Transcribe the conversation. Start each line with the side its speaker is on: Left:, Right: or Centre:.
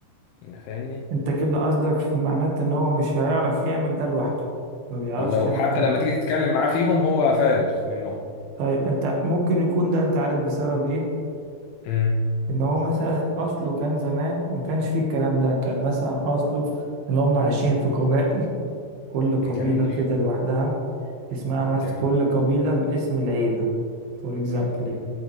Left: أنا فاهمني
Right: انت كده قصدك في معناته ان هو مش هيعرف يعمل ده لوحده ما بيعرفش
Left: الله وحتى
Right: يعمل الكلام
Left: لما
Right: ده
Left: تيجي تتكلم معاه فيهم هو فارغ منهم
Right: طيب انت ممكن يكون ده انت عارف بسبب ايه
Left: امم
Right: ان هو مثلا اصله كان زمان ما كانش فيه الكلام ده كان مثلا اصله ان هم عايشين في قبائل كل قبيلة
Left: جميل
Right: كده لوحدها اسمها مثلا
Left: جميل
Right: كل قبيلة باسم العيلة فور اكزامبل
Left: جميل
Right: يعني